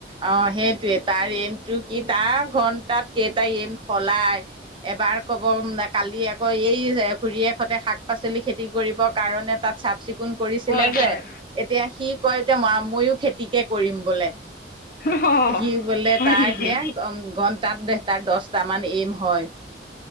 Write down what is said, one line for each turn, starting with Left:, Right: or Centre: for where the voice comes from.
Right: অ', সেইটয়ে তাৰ এমটো কি তাৰ ঘন্টাত কেইটা এম সলায় এবাৰ ক'ব কালি আকৌ এই যে খুৰীয়ে খতে শাক পাচলি খেতি কৰিবৰ কাৰণে তাত চাফ চিকুণ কৰিছিলে
Left: হয় হয়
Right: যে এতিয়া সি কয় এতিয়া মা ময়ো খেতিকে কৰিম বোলে।
Left: অ
Right: সি বোলে
Left: হয়
Right: তাই
Left: নেকি
Right: সেয়া ঘন্টাত দেহ তাৰ দছটামান এম হয়।